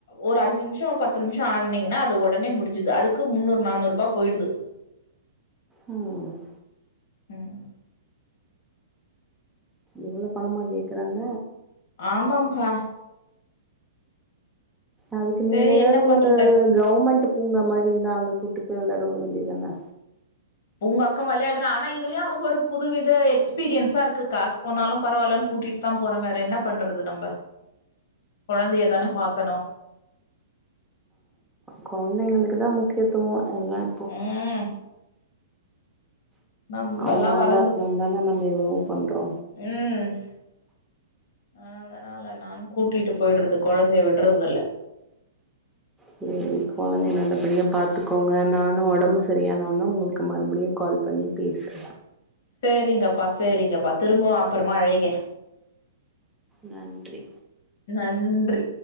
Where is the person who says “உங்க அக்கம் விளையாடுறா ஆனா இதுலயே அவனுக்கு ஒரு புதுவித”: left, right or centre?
Left